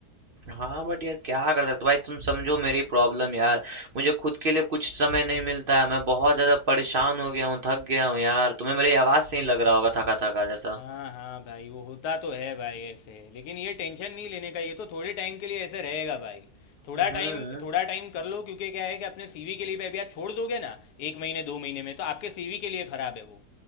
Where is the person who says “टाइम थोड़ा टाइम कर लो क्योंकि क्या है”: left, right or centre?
Left